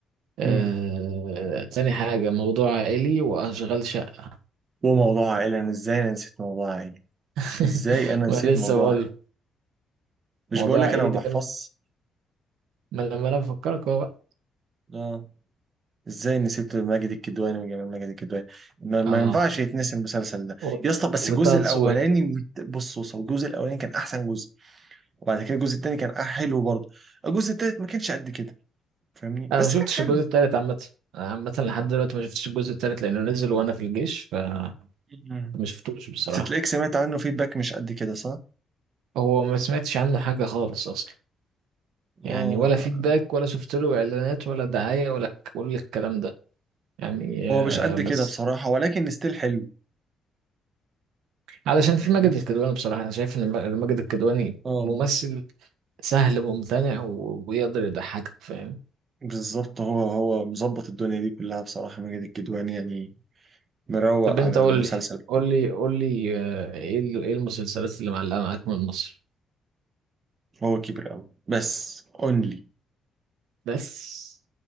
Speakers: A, on the right; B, on the right.
A: آه...
B: مم.
A: تاني حاجة موضوع عائلي وأشغال شقة
B: وموضوع عائلي أنا إزاي أنا نسيت موضوع عائلي
A: <laughs>
B: إزاي أنا نسيت
A: ما لسه
B: موضوع
A: بقول
B: عائلي مش
A: موضوع
B: بقول لك
A: عائلي
B: أنا ما
A: ده
B: بحفظش
A: ما لما أنا بفكرك هو بقى
B: اه ازاي نسيت ماجد الكدواني وجمال ماجد الكدواني ما, ما
A: آه
B: ينفعش يتنسي المسلسل ده
A: و-
B: يا اسطى بس
A: وطه
B: الجزء الاولاني
A: دسوقي
B: بص بص هو الجزء الاولاني كان احسن جزء وبعد كده الجزء التاني كان أح- حلو برضه الجزء التالت ما كانش قد كده فاهمني بس
A: أنا ما شفتش
B: كان حلو
A: الجزء التالت عامة أنا عامة لحد دلوقتي ما شفتش الجزء التالت لأنه نزل وأنا في الجيش فما
B: مم.
A: شفتوش بصراحة
B: بس تلاقيك سمعت عنه فيدباك مش قد كده صح؟
A: هو ما سمعتش عنه حاجة خالص أصلا يعني
B: اه
A: ولا فيدباك ولا شفت له إعلانات ولا دعاية ولا كل الكلام ده يعني
B: هو
A: آه،
B: مش قد
A: بس
B: كده بصراحة ولكن ستيل حلو
A: علشان في
B: فاهمني؟
A: ماجد الكدواني بصراحة أنا شايف إن ما- ماجد الكدواني
B: اه
A: ممثل سهل وممتنع و- ويقدر يضحكك فاهم
B: بالظبط هو هو مظبط الدنيا دي كلها بصراحة ماجد الكدواني يعني مروق
A: طب أنت
B: على
A: قول
B: المسلسل
A: لي قول لي قول لي آه، إيه ال- إيه المسلسلات اللي معلقة معاك من مصر
B: هو كبر قوي بس اونلي
A: بس